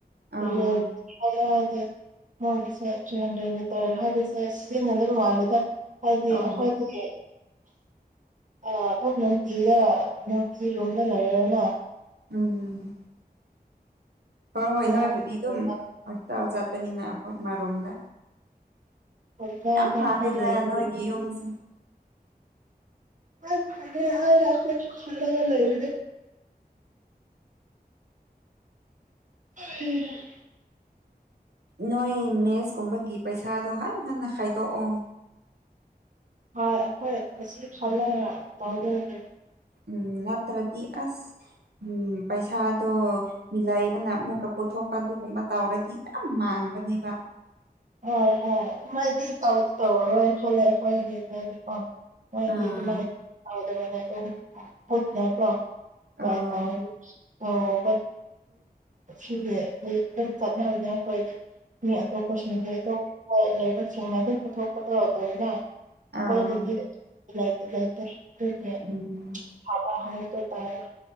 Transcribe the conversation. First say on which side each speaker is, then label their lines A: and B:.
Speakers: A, on the right (about 80°); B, on the right (about 50°).
A: ꯑꯥ
B: ꯑꯗꯣ ꯍꯥꯏꯗꯤ ꯃꯣꯏꯒꯤꯁꯦ ꯊ꯭ꯔꯤ ꯍꯟꯗ꯭ꯔꯦꯠ ꯃꯤꯇꯔ ꯍꯥꯏꯕꯁꯦ ꯁꯤꯖꯤꯟꯅꯗꯕ ꯃꯥꯜꯂꯦꯗ ꯍꯥꯏꯗꯤ
A: ꯑꯣ
B: ꯑꯩꯈꯣꯏꯒꯤ <unintelligible> ꯅꯨꯡꯇꯤꯔꯥ ꯅꯨꯡꯇꯤ ꯔꯨꯝꯗ ꯂꯩꯔꯅ
A: ꯎꯝ ꯍꯣꯏ
B: ꯑꯗꯨꯝ
A: ꯍꯣꯏ ꯅꯣꯏꯕꯨꯗꯤ
B: ꯍꯣꯁꯇꯦꯜꯗ
A: ꯑꯗꯨꯝ ꯍꯣꯁꯄꯤꯇꯥꯜ ꯆꯠꯄꯅꯤꯅ ꯑꯩꯈꯣꯏ ꯑꯃꯔꯣꯝꯗ
B: ꯀꯣꯂꯤꯖꯥ
A: ꯌꯥꯝ
B: ꯃꯛꯇꯤ
A: ꯐꯥꯔꯦꯗ
B: ꯂꯩꯕ
A: ꯅꯣꯏꯒꯤ ꯌꯨꯝꯁꯦ
B: ꯍꯣꯏ ꯐꯔꯦ <unintelligible> ꯑꯩꯈꯣꯏꯁꯨ ꯈꯜꯂꯒ ꯂꯩꯕꯅꯦ <unintelligible>
A: ꯅꯣꯏ ꯃꯦꯁꯀꯨꯝꯕꯒꯤ ꯄꯩꯁꯥꯗꯣ ꯍꯟ ꯍꯟꯅ ꯈꯥꯏꯗꯣꯛꯑꯣ
B: ꯍꯣꯏ ꯑꯩꯈꯣꯏ ꯉꯁꯤ ꯈꯜꯂꯒ ꯇꯧꯗꯣꯏꯅꯤ
A: ꯎꯝ ꯅꯠꯇ꯭ꯔꯗꯤ ꯑꯁ ꯎꯝ ꯄꯩꯁꯥꯗꯣ ꯃꯤ ꯂꯩꯕꯅ ꯑꯃꯨꯛꯀ ꯄꯨꯊꯣꯛꯄ ꯑꯗꯨꯒꯨꯝꯕ ꯇꯧꯔꯗꯤ ꯌꯥꯝ ꯃꯥꯡꯕꯅꯤꯕ
B: ꯍꯣꯏ ꯍꯣꯏ ꯃꯥꯗꯤ ꯇꯧꯗꯤ ꯇꯧꯔꯔꯣꯏ ꯈꯜꯂꯦ ꯑꯩꯈꯣꯏꯒꯤ ꯃꯗꯤꯀꯣ ꯃꯣꯏꯗꯤ
A: ꯑꯥ
B: ꯑꯗꯨꯃꯥꯏ ꯇꯧꯗꯕꯅꯦ ꯑꯗꯨꯝ ꯄꯨꯟꯅꯀꯣ <unintelligible> <unintelligible>
A: ꯑꯥ
B: ꯑꯗꯨꯝ ꯁꯤꯗꯤ ꯑꯗꯨꯝ ꯆꯠꯅꯔꯤꯅꯦ ꯑꯩꯈꯣꯏ ꯃꯤ ꯑꯇꯣꯞ <unintelligible> ꯂꯩꯕꯁꯤꯡꯅ ꯑꯗꯨꯝ ꯄꯨꯊꯣꯛꯄꯗꯣ ꯇꯧꯕ
A: ꯑꯥ
B: ꯑꯩꯈꯣꯏꯗꯒꯤ <unintelligible>
A: ꯎꯝ
B: ꯐꯕ ꯍꯥꯏꯕꯗꯨ ꯇꯥꯔꯦ